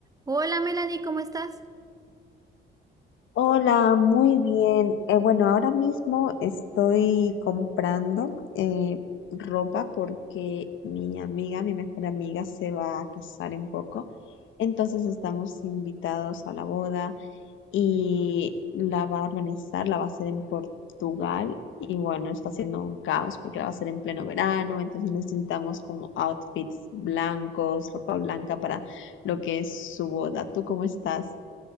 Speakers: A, on the right; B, on the left.
A: Hola Melanie, ¿cómo estás?
B: Hola, muy bien. Eh, bueno, ahora mismo estoy comprando eh, ropa porque mi amiga, mi mejor amiga, se va a casar en poco. Entonces estamos invitados a la boda y la va a organizar, la va a hacer en Portugal. Y bueno, está haciendo un caos porque la va a hacer en pleno verano. Entonces necesitamos como outfits blancos, ropa blanca para lo que es su boda. ¿Tú cómo estás?